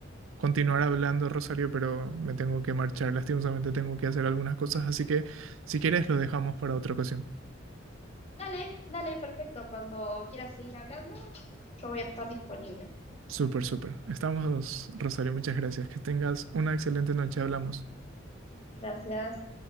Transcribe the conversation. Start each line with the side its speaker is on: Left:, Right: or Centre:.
Right: continuar hablando, Rosario, pero me tengo que marchar. Lastimosamente tengo que hacer algunas cosas, así que si quieres lo dejamos para otra ocasión.
Left: Dale, dale, perfecto. Cuando quieras seguir hablando, yo voy a estar disponible.
Right: Súper, súper. Estamos, Rosario, muchas gracias. Que tengas una excelente noche. Hablamos.
Left: Muchas gracias.